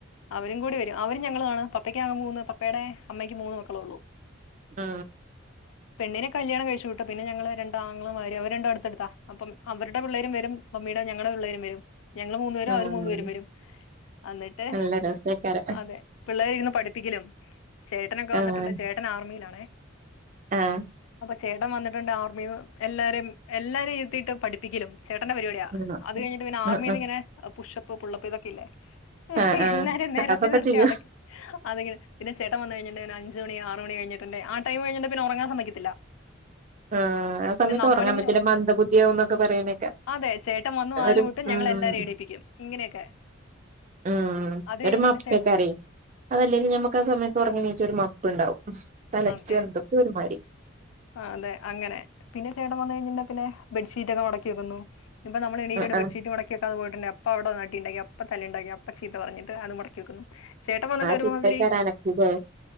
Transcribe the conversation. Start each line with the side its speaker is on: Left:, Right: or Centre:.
Left: അവരും കൂടി വരും അവരും ഞങ്ങളുമാണ് പപ്പയ്ക്ക് മൂന്ന് പപ്പേടെ അമ്മക്ക് മൂന്ന് മക്കളെയുള്ളു
Right: ആ
Left: പെണ്ണിനെ കല്യാണം കഴിച്ച് വിട്ടു പിന്നെ ഞങ്ങള് രണ്ട് ആങ്ങളമാരും അവര് രണ്ടും അടുത്തടുത്താ അപ്പം - അവരുടെ പിള്ളേരും വരും മമ്മി ഞങ്ങടെ പിള്ളേരും വരും ഞങ്ങള് മൂന്നു പേരും
Right: ആഹ്
Left: അവര് മൂന്നു പേരും വരും അന്നിട്ട്
Right: നല്ല രസേക്കാരം
Left: അതെ പിള്ളേരെ ഇരുന്ന് പഠിപ്പിക്കലും- ചേട്ടനൊക്കെ വന്നിട്ടുണ്ട്
Right: ആഹ്
Left: ചേട്ടൻ ആർമിയിലാണെ
Right: ആഹ്
Left: ചേട്ടൻ വന്നിട്ടുണ്ട് ആർമീന്ന് എല്ലാരേം എല്ലാരേം ഇരുത്തീട്ടാ പഠിപ്പിക്കലും ചേട്ടൻ്റെ പരിപാടിയാ
Right: ഉം
Left: അതു കഴിഞ്ഞിട്ട്
Right: ഉം
Left: ആർമീന്നിങ്ങനെ-
Right: ഉം
Left: പുഷപ്പ് പുള്ളപ്പ് ഇതൊക്കെയില്ലേ
Right: ആഹ് ആഹ്
Left: എല്ലാരേം നെരത്തി
Right: അതൊക്കെ
Left: നിർത്തി
Right: ചെയ്യും
Left: അതൊക്കെ അതിങ്ങനെ പിന്നെ ചേട്ടൻ വന്ന് <unintelligible> പിന്നെ അഞ്ച് മണി ആറ് മണി കഴിഞ്ഞിട്ടിണ്ടെങ്കി ആ- ടൈമ് കഴിഞ്ഞ്ണ്ടെ പിന്നെ ഒറങ്ങാൻ സമ്മയിക്കതില്ലാ
Right: ആ ആ സമയത്ത്
Left: നമ്മളിങ്ങനെ
Right: ഒറങ്ങാൻ പറ്റില്ല മന്ദബുദ്ധിയാവുന്നൊക്കെ പറയ്ണേക്കാ
Left: അതെ ചേട്ടൻ വന്ന് വാതില്
Right: ഒരു
Left: മുട്ടും
Right: മ്
Left: ഞങ്ങളെ എല്ലാരേം എണീപ്പിക്കും ഇങ്ങനെയൊക്കെ
Right: ആ
Left: അത് കഴിഞ്ഞിട്ട്
Right: ഒര് മപ്പേക്കാരെ
Left: പിന്നെ ചേട്ടൻ
Right: അതല്ലേലും ഞമ്മക്ക് ആ സമയത്ത് ഒറങ്ങി എണീച്ചാ ഒര് മ പ്പ്ണ്ടാവും തലയ്ക്ക്
Left: അതെ
Right: എന്തൊക്കെയോ ഒരുമാരി
Left: അതെ അങ്ങനെ പിന്നെ ചേട്ടൻ വന്നെഴിഞ്ഞേഞ്ഞാ പിന്നേ ബെഡ്ഷീറ്റൊക്കെ മടക്കി വെക്കുന്നു ഇപ്പം നമ്മളെണീറ്റ്ട്ട്
Right: ആ ആ
Left: ബെഡ് ഷീറ്റ് മടക്കി വെക്കാതെ പോയി പിന്നെ അപ്പ അവിടെ അടീണ്ടാക്കി അപ്പ തല്ല്ണ്ടാക്കി അപ്പ ചീത്ത പറഞ്ഞിട്ട് അത് മടക്കി വെക്കുന്നു ചേട്ടൻ വന്ന്ണ്ടെ
Right: ആ
Left: ഒരു
Right: ചിട്ടേക്കാരം
Left: മാതിരി
Right: അനക്കില്ലേ